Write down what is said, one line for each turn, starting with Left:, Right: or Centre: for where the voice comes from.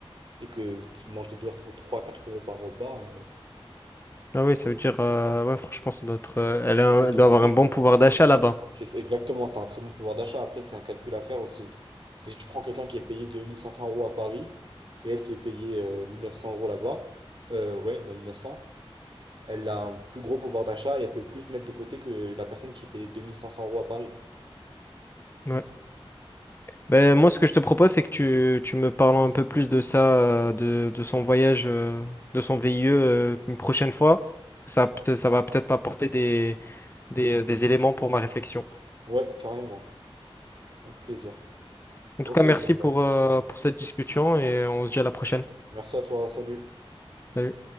Right: et que t- manger dehors ça coûte trois quatre euros par repas. euh,
Left: Ah oui,
Right: c'est
Left: ça veut dire, euh, ouais, franchement, ça doit être, euh, elle
Right: tout
Left: a un-
Right: mettre
Left: elle
Right: de
Left: doit
Right: côté,
Left: avoir un bon
Right: quoi.
Left: pouvoir d'achat là-bas.
Right: C'est c'est exactement, t'as un très bon pouvoir d'achat. Après, c'est un calcul à faire aussi. Parce que si tu prends quelqu'un qui est payé 2500 euros à Paris et elle qui est payée euh, 1900 euros là-bas, euh, ouais, bah 1900. elle a un plus gros pouvoir d'achat et elle peut plus mettre de côté que la personne qui paye 2500 euros à Paris.
Left: Ouais. Ben, moi, ce que je te propose, c'est que tu, tu me parles un peu plus de ça, euh, de, de son voyage, euh, de son VIE, euh, une prochaine fois. Ça, peut- ça va peut-être m'apporter des des, euh, des éléments pour ma réflexion.
Right: Ouais, carrément. Avec plaisir.
Left: En tout
Right: Ok,
Left: cas, merci
Right: bon, bah,
Left: pour, euh,
Right: je te laisse.
Left: pour cette discussion et on se dit à la prochaine.
Right: Merci à toi, salut.
Left: Salut.